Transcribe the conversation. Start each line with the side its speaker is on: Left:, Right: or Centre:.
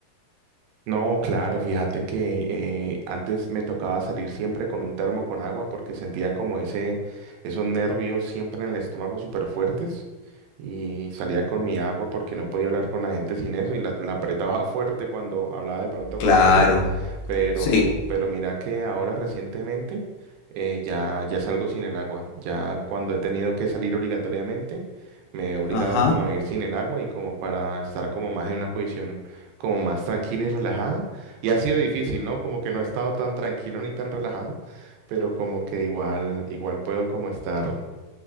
Right: No, claro, fíjate que eh, antes me tocaba salir siempre con un termo con agua porque sentía como ese, esos nervios siempre en el estómago súper fuertes y salía con mi agua porque no podía hablar con la gente sin eso y la, la apretaba <laughs> fuerte cuando hablaba de pronto
Left: Claro,
Right: con alguien, pero,
Left: sí,
Right: pero mira que ahora recientemente eh, ya, ya salgo sin el agua, ya cuando he tenido que salir obligatoriamente me he obligado
Left: ajá,
Right: como a ir sin el agua y como para estar como más en una posición como más tranquila y relajada. Y ha sido difícil, ¿no? Como que no he estado tan tranquilo ni tan relajado, pero como que igual, igual puedo como estar,